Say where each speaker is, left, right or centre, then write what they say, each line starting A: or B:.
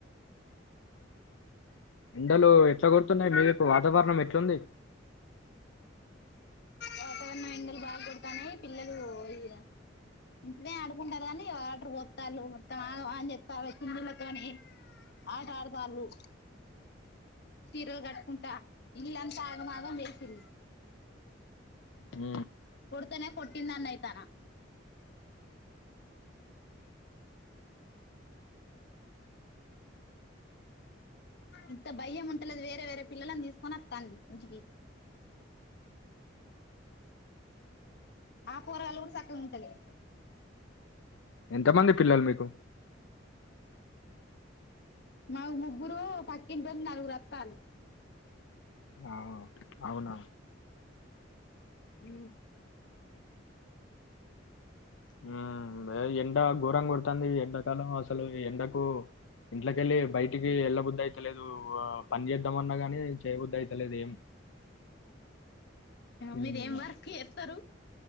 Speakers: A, on the left; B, on the left.
A: ఎండలు ఎట్లాకొడుతున్నాయి. మీకు వాతావరణం ఎట్లుంది.
B: వాతావరణం, ఎండలు బాగా కొడుతున్నాయి. పిల్లలు ఇగ ఇప్పుడే ఆడుకుంటారు కాని, వాటర్ పోతాలు మొత్తం ఆగం చేస్తున్నారు. చున్నిళ్లతోని ఆట అడ్తాలు. చీరలు కట్టుకుంటా ఇల్లంతా ఆగమాగం చేస్ ప్రీ
A: ఉ
B: కొడుతనే కొటిందన్ అయితనా ఇంత భయం ఉంటలేదు. వేరే వేరే పిల్లలని తీసుకొని వస్తంది ఇంటికి ఆ పోరాగాళ్ళు కూడా చక్కగా ఉంటలే.
A: ఎంతమంది పిల్లలు మీకు
B: మాకు ముగ్గురు పక్కింటోలు నలుగురు వాత్తాళ్లు
A: ఆ, అవునా
B: ఉ
A: ఊ ఏ ఎండ ఘోరం కొడుతంది. ఎండాకాలం అసలు ఎండకు ఇంట్లకెళ్ళి బయటికి వెళ్ళబుద్ధి అయితలేదు. పని చేేద్దాంమన్నా కానీ చేయబుద్ధి అయితలేదు. ఏం ఉమ్,
B: మీరు ఏం వర్క్ చేత్తరు